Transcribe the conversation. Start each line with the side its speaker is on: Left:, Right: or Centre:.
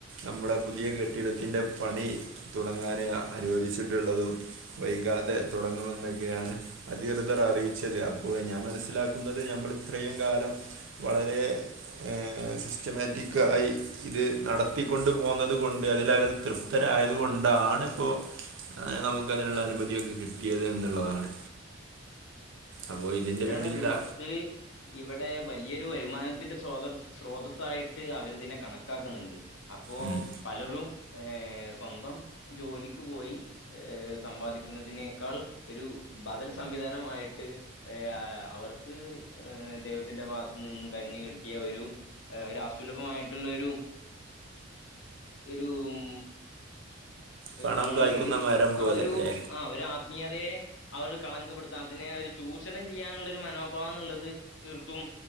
Right: നമ്മുടെ പുതിയ കെട്ടിടത്തിൻന്റെ പണി തുടങ്ങാന് അനുവദിച്ചിട്ടുള്ളതും വൈകാതെ തുടങ്ങുമെന്നൊക്കെയാണ് അധികൃതർ അറിയിച്ചത് അപ്പൊ ഞാൻ മനസ്സിലാക്കുന്നത് നമ്മൾ ഇത്രയും കാലം വളരെ ഏഹ് സിസ്റ്റമാറ്റിക്കായി ഇത് നടത്തിക്കൊണ്ട് പോന്നത് കൊണ്ട് അതില അവര് തൃപ്തരായത് കൊണ്ടാണ് ഇപ്പൊ അനമുക്ക് അതിനുള്ള അനുമതിയൊക്കെ കിട്ടിയത് എന്നുള്ളതാണ്. അപ്പോൾ ഇതിൻ്റെ
Left: ശെരിയാണ്
Right: പിന്നിൽ
Left: ഇത്
Right: ദാ
Left: മൊത്തത്തില് ഇവിടെ വലിയൊരു വരുമാനത്തിന്റെ സ്രോത സ്രോതസ്സായിട്ട് അവരിതിനെ കണക്കാക്കുന്നുണ്ട്. അപ്പോ
Right: ഉം,
Left: പലറും ഏഹ് സ്വന്തം ജോലിക്ക് പോയി ഏഹ് സമ്പാദിക്കുന്നതിനേക്കാൾ ഒരു ബദൽ സംവിധാനം ആയിട്ട് ഏഹ് അവർക്ക് ദൈവത്തിന്റെ ഭാഗത്ത നിന്നും കനിഞ്ഞു കിട്ടിയ ഒരു ഏഹ് ഒരു അസുലഭമായിട്ടുള്ളരു ഒരു ഉം
Right: പണം
Left: തങ്ങള്
Right: കായ്ക്കുന്ന
Left: ഒരു
Right: മരം
Left: ആ
Right: പോലെ
Left: ഒരു
Right: അല്ലേ
Left: ആ ഒരു ആത്മീയതയെ അതൊരു കളങ്കപ്പെടുത്താ അതിനെ ഒരു ചൂഷ് ചൂഷണം ചെയ്യാനുള്ള ഒരു മനോഭാവം എന്നുള്ളത് തീർത്തും